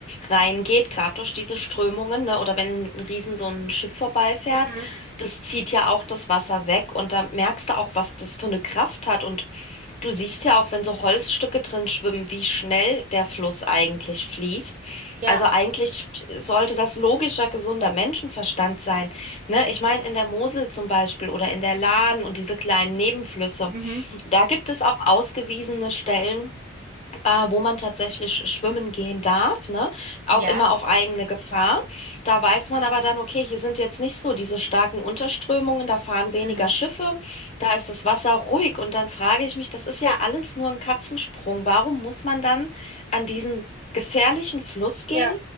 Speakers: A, on the left; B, on the right.
A: reingeht, gerade durch diese Strömungen, ne? Oder wenn ein Riesen so ein Schiff vorbeifährt,
B: Mhm.
A: das zieht ja auch das Wasser weg und da merkst du auch, was das für eine Kraft hat und Du siehst ja auch, wenn so Holzstücke drin schwimmen, wie schnell der Fluss eigentlich fließt.
B: Ja.
A: Also eigentlich sollte das logischer, gesunder Menschenverstand sein, ne? Ich meine, in der Mosel zum Beispiel oder in der Lahn und diese kleinen Nebenflüsse,
B: Mhm.
A: da gibt es auch ausgewiesene Stellen, äh, wo man tatsächlich schwimmen gehen darf, ne? Auch
B: Ja.
A: immer auf eigene Gefahr. Da weiß man aber dann, okay, hier sind jetzt nicht so diese starken Unterströmungen, da fahren weniger
B: Mhm.
A: Schiffe, da ist das Wasser ruhig. Und dann frage ich mich, das ist ja alles nur ein Katzensprung. Warum muss man dann an diesen gefährlichen Fluss gehen?
B: Ja.